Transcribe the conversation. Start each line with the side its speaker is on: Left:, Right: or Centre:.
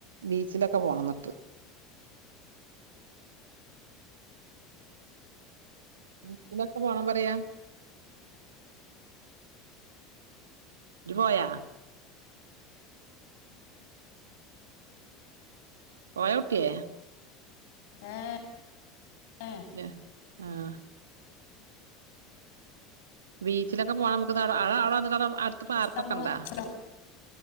Right: ബീച്ചിലൊക്കെ പോണംന്നിട്ട് ബീച്ചിലൊക്കെ പോണം പറയാ ഇജ് പോയ പോയോകുട്ട്യേ
Left: ഏഹ് ഏഹ്
Right: <unintelligible> ആഹ് ബീച്ചിലൊക്കെ പോണമ്മ്ക്ക് അവടെന്നട്ട് അടുത്ത പാർക്കൊക്കെ
Left: അന്നു
Right: ഉണ്ടാ
Left: ഇല്ല